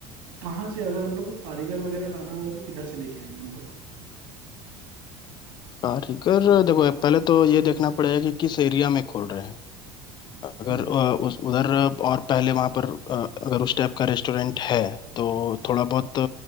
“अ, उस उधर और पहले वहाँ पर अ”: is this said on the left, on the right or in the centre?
Left